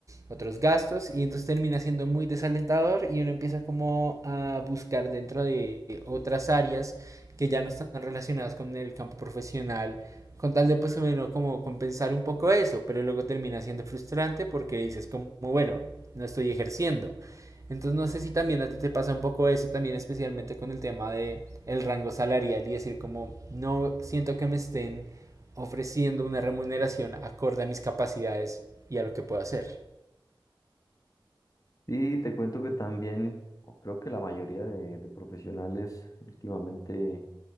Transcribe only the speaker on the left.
sí te cuento que también, o creo que la mayoría de, de profesionales últimamente